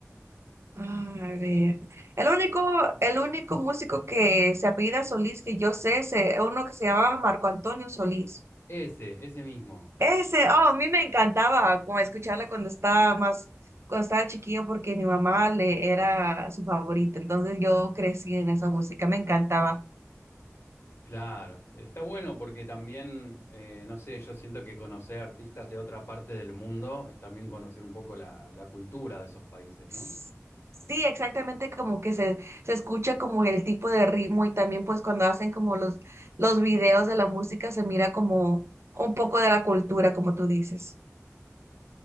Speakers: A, on the right; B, on the left.
A: A ver, el único, el único músico que se apellida Solís que yo sé es eh, uno que se llamaba Marco Antonio Solís.
B: Ese, ese mismo.
A: Ese, oh, a mí me encantaba como escucharla cuando estaba más, cuando estaba chiquillo porque mi mamá le era su favorita. Entonces yo crecí en esa música, me encantaba.
B: Claro, está bueno porque también, eh, no sé, yo siento que conocer artistas de otra parte del mundo es también conocer un poco la, la cultura de esos países, ¿no?
A: S- Sí, exactamente como que se, se escucha como el tipo de ritmo y también pues cuando hacen como los, los videos de la música se mira como un poco de la cultura, como tú dices.